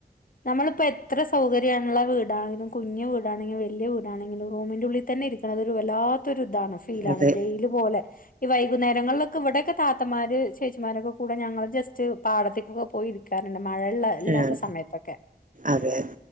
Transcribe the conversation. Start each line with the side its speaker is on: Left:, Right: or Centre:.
Left: നമ്മളിപ്പോ എത്ര സൗകര്യള്ള വീടാണെങ്കിലും കുഞ്ഞു വീടാണെങ്കിലും വലൃ വൂടാണെങ്കിൽ റൂമിന്റെ ഉള്ളിൽ തന്നെ ഇരിക്കണ ഒരു വല്ലാത്തൊ ഒരു ഇതാണ് ഫീലാണ്
Right: അതെ
Left: ജയില് പോലെ ഈ വൈകുന്നേരങ്ങളിലൊക്കെ ഇവിടെയൊക്കെ താത്തമാര് ചേച്ചിമാരൊക്കെ കൂടെ ഞങ്ങൾ ജസ്റ്റ് പാടത്തേക്കൊക്കെ പോയി ഇരിക്കാറുണ്ട് മഴയൊള്ള ഇല്ലാത്ത
Right: ആഹ്
Left: സമയത്തൊക്കെ
Right: അതെ